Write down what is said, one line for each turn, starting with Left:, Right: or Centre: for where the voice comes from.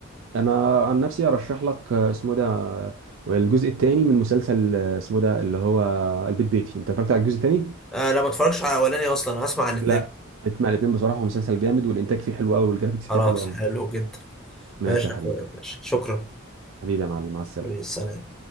Right: انا عن نفسي ارشح لك آه، اسمه ده آه، الجزء الثاني من مسلسل آه، اسمه ده اللي هو البيت بيتي انت اتفرجت على الجزء الثاني
Centre: آه لا ما اتفرجش على الاولاني اصلا هسمع الاثنين
Right: لا اسمع الاثنين بصراحه هو مسلسل جامد والانتاج فيه حلو قوي والجرافيكس
Centre: خلاص
Right: فيه حلو قوي
Centre: حلو جدا
Right: ماشي
Centre: ماشي
Right: يا
Centre: يا
Right: حبيبي
Centre: اخويا ماشي شكرا
Right: حبيبي يا معلم مع السلامه
Centre: حبيبي، سلام